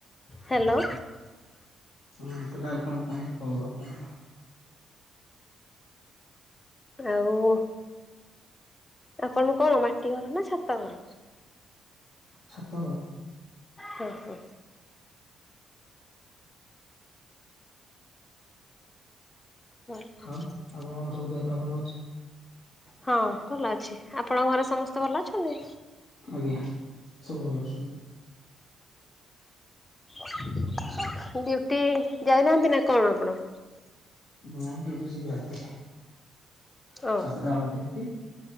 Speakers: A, on the left (about 20°); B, on the left (about 80°).
A: ହାଲୋ।
B: ହଁ କହିଲି ଆଉ କଣ କୁହନ୍ତୁ ଖବର କଣ।
A: ଆଉ। ଆପଣଙ୍କ ମାଟି ଘର ନା ଛାତ ଘର।
B: ଛାତ ଘର।
A: ହୁଁ ହୁଁ। <inaudible>
B: ଆଉ ଆପଣଙ୍କର ସବୁ ଦେହ ପା ଭଲ ଅଛି।
A: ହଁ ଭଲ ଅଛି ଆପଣଙ୍କ ଘରେ ସମସ୍ତେ ଭଲ ଅଛନ୍ତି।
B: ଆଜ୍ଞା ସବୁ ଭଲ ଅଛନ୍ତି ‌।
A: ହୁଁ ଡ୍ୟୁଟି ଯାଇ ନାହାନ୍ତି ନା କଣ ଆପଣ।
B: ନାଇଁ ଡ୍ୟୁଟି ଯିବି ରାତିରେ
A: ଓ
B: ସାତଟା ବେଳକୁ ଡି ଟି